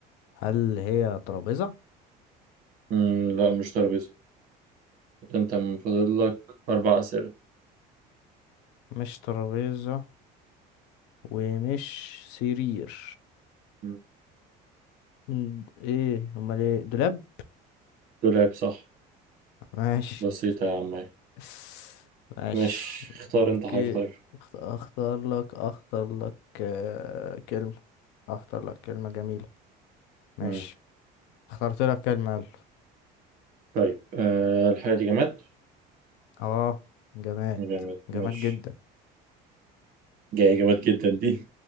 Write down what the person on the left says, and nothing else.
هل هي ترابيزة؟
مش ترابيزة ومش سرير
م، ايه امال ايه دولاب
ماشي
<laughs> ماشي
اوكي
أخت- اختار لك اختار لك آه، كلمة اختار لك كلمة جميلة ماشي
اخترت لك كلمة يلا
اه جماد
جماد
جدا